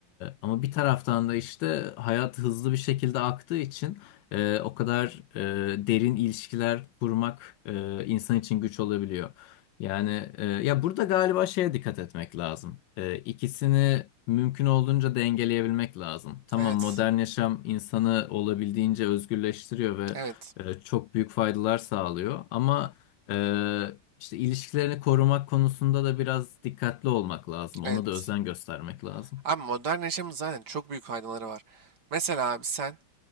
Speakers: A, on the left (about 75°); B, on the right (about 50°).
A: ama bir taraftan da işte hayat hızlı bir şekilde aktığı için e, o kadar e, derin ilişkiler kurmak e, insan için güç olabiliyor. Yani e, ya burada galiba şeye dikkat etmek lazım. E, ikisini mümkün olduğunca dengeleyebilmek lazım. Tamam
B: Evet.
A: modern yaşam insanı olabildiğince özgürleştiriyor ve
B: Evet.
A: e, çok büyük faydalar sağlıyor. Ama e, işte ilişkilerini korumak konusunda da biraz dikkatli olmak lazım.
B: Evet.
A: Ona da özen göstermek lazım.
B: Abi modern yaşamın zaten çok büyük faydaları var. Mesela abi sen